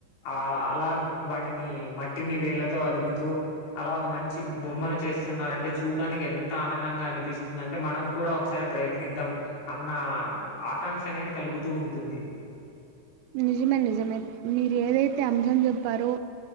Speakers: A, on the left (about 70°); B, on the right (about 85°).
A: ఆ అలా వాటిని. ని మట్టిని వేళ్ళతో అదిమితూ. అలా ఒక మంచి బొమ్మను చేస్తున్న రంటే చూడ్డానికి ఎం త ఆనందంగా అనిపిస్తుంది అంటే మనం కూడా ఒకసారి ప్రయత్నిద్దాం. అన్న ఆకాంక్ష అనేది కలుగుతూ ఉంటుంది.
B: నిజమే నిజమే మీరు ఏదైతే అంశం చెప్పారో.